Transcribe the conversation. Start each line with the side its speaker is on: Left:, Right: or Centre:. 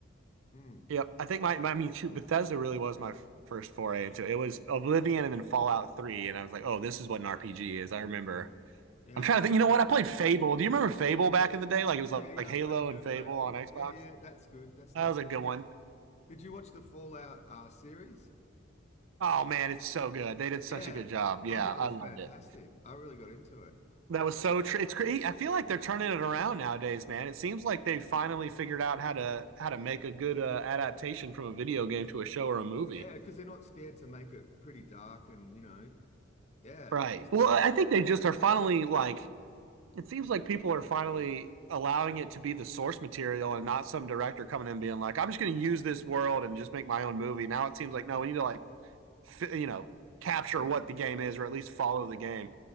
Left: Mm,
Right: Yep. I think my, my I mean shoot, Bethesda really was my first foray into it. It was Oblivion and then Fallout 3 and I was like, "Oh, this is what an RPG is." I remember
Left: yeah,
Right: I'm trying to think. You know what? I played Fable. Do you remember Fable back in the day? Like it was like,
Left: yeah, yeah.
Right: like Halo
Left: I played a bit
Right: and
Left: of
Right: Fable
Left: Fable.
Right: on Xbox.
Left: Yeah, yeah. That's good. That's
Right: That
Left: not
Right: was
Left: bad.
Right: a good one.
Left: Did you watch the Fallout uh, series?
Right: Oh man, it's so good. They did such
Left: Yeah,
Right: a good job. Yeah,
Left: I thought it
Right: I
Left: was
Right: loved
Left: fantastic.
Right: it.
Left: I really got into it.
Right: That was so true. It's great. I feel like they're turning it around nowadays, man. It seems like they finally figured out how to how to make a good uh, adaptation from a video game to a show or a movie.
Left: Yeah, because they're not scared to make it pretty dark and you know, yeah.
Right: Right.
Left: It's just,
Right: Well, I think they just are finally like It seems like people are finally allowing it to be the source material and not some director coming in being like, I'm just going to use this world and just make my own movie. Now it seems like, no, we need to like, you know, capture
Left: I mean,
Right: what the game is or at least follow the game.